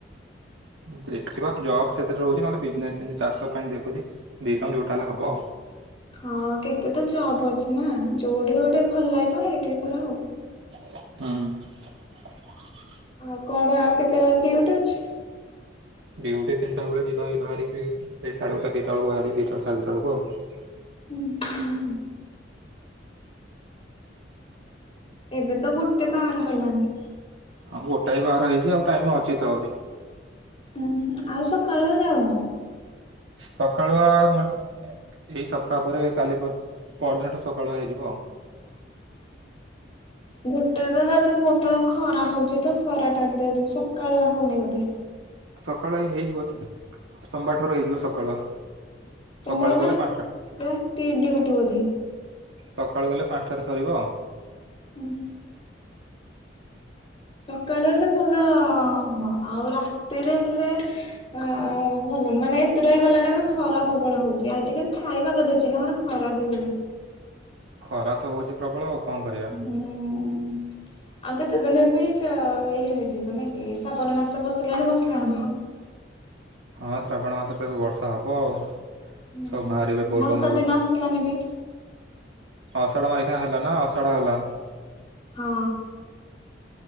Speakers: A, on the right; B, on the left.
A: ଦେଖିବା ଜବ ସେଥିରେ ରହୁଛି ନହେଲେ ବିଜନେସ ଚାଷ ପାଇଁ ଦେଖୁଛି ଦିଟା ରେଖା ଯୋଉଟା ହେଲେ ହବ।
B: ହଁ କେତେ ତ ଜବ୍ ଅଛି ନା ଯୋଉଠି ଗୋଟେ ଭଲ ଲାଗିବ ହେଇଟି ତର ଯୋଉ।
A: ହୁଁ।
B: ଆଉ କଣ ଆଉ କେତେ ବେଳେ ଡିୟୁଟି ଅଛି।
A: ଡିୟୁଟି ତିନିଟା ବେଳେ ଯିବା ବାହାରିକି ସାଢେଗୋଟେ ଦିଟା ବେଳକୁ ବାହାରିକି ଦିଟା ସାଢେ ଦିଟା ବେଳକୁ ଆଉ।
B: ହୁଁ ହୁଁ। ଏବେ ତ ଗୋଟେ ବାର ହେଲାଣିି।
A: ହଁ ଗୋଟାଏ ବାର ହେଇଛି ଆଉ ଟାଇମ ଅଛି ତ ଆହୁରି।
B: ଉ ଆଉ ସକାଳୁଆ ଯାଉନ?
A: ସକାଳୁଆ ମେ ଏଇ ସପ୍ତାହ ପରେ କାଲି ପରଦିନଠୁ ସକାଳୁଆ ହେଇଯିବ ଆଉ।
B: ଘୋଟ ତ ଯାଦ ବହୁତ ଖରା ହଉଛି ତ ଖରା ଟାଇମରେ ସକାଳୁ ହଉନି ବୋଧେ।
A: ସକାଳୁ ଏ ହେଇଯିବ ସୋମବାର ଠାରୁ ହେଇଯିବ ସକାଳୁଆ। ସକାଳୁ
B: ତମର ରା
A: ଗଲେ ପାଞ୍ଚଟା
B: ରାତି ଡିୟୁଟି ବୋଧେ।
A: ସକାଳୁ ଗଲେ ପାଞ୍ଚଟାରେ ସରିବ।
B: ଁ ସକାଳୁ ହେଲେ ଭଲ ହବ ଆଉ ରାତିରେ ହେଲେ ଆ ଭଲ ମାନେ ଏତୁଟା ଗଲା ଟେେ ଖରା ପ୍ରବଳ ହଉଚ ଆଜିିକାଲି ଛାଇବାକୁ ଦଉଛି ନହେଲେ ଖରା ବି ହଉନି।
A: ଖରା ତ ହଉଚି ପ୍ରବଳ ଆଉ। କଣ କରିବା।
B: ହୁଁ। ଆଉ କେତେ ଦିନ ବି ଇ ହେଇଯିବ ନ କି ସାବନ ମାସ ବସିଲାଣି ବର୍ଷା ହବ।
A: ହଁ ଶ୍ରାବଣ ମାସରେ ତ ଏବେ ବର୍ଷା ହେବ ଆଉ।
B: ହୁଁ
A: ସବୁ ବାହାରିବେ ବୋଲବମ୍
B: ବର୍ଷା ଦିନ ଆସିଲାନି ବି।
A: ଅଷାଢା ମଖା ହେଲା ନା ଅଷାଢା ହେଲା।
B: ହଁ।